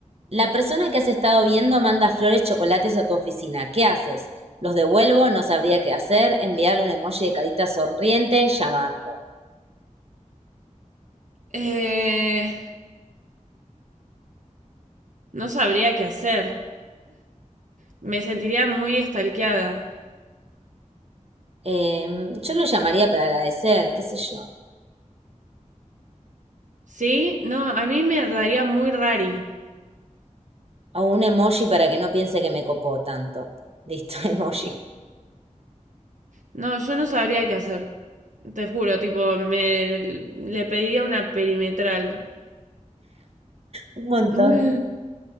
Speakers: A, on the right; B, on the right.
A: La persona que has estado viendo manda flores, chocolates a tu oficina. ¿Qué haces? Los devuelvo, no sabría qué hacer, enviarle un emoji de carita sonriente, llamarlo.
B: Eh, No sabría qué hacer. Me sentiría muy estalqueada.
A: Em, yo lo llamaría para agradecer, qué sé yo.
B: ¿Sí? No, a mí me daría muy rari.
A: O un emoji para que no piense que me copó tanto. <laughs> Listo, emoji.
B: No, yo no sabría qué hacer. Te juro, tipo, me le pediría una perimetral.
A: Un montón.
B: <laughs>